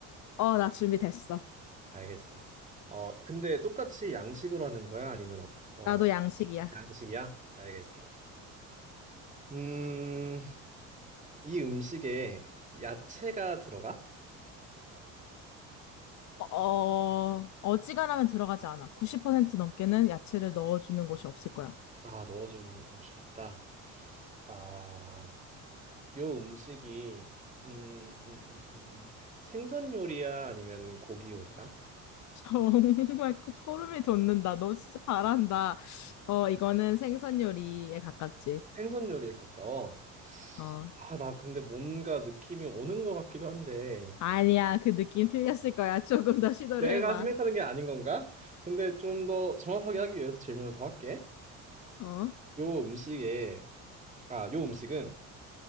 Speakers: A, on the left (about 50°); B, on the right (about 20°).
A: 어, 나 준비됐어.
B: 알겠어. 어 근데 똑같이 양식으로 하는 거야? 아니면 어
A: 나도 양식이야.
B: 양식이야? 알겠어. 음. 이 음식에 야채가 들어가?
A: 어, 어, 어지간하면 들어가지 않아. 90% 넘게는 야채를 넣어주는 곳이 없을 거야.
B: 아 넣어주는 곳이 없다. 아. 요 음식이 음, 음, 음, 음. 생선 요리야? 아니면 고기 요리야?
A: <laughs> 정말 소름이 돋는다. 너 진짜 잘한다. 어, 이거는 생선 요리에 가깝지.
B: 생선 요리에 가까워.
A: 어,
B: 아, 나 근데 뭔가 느낌이 오는 것 같기도 한데
A: 아니야. 그 느낌 <laughs> 틀렸을 거야. 조금 더 시도를
B: 내가
A: 해봐.
B: 생각하는 게 아닌 건가? 근데 좀 더 정확하게 하기 위해서 질문을 더 할게.
A: 어?
B: 요 음식에 아, 요 음식은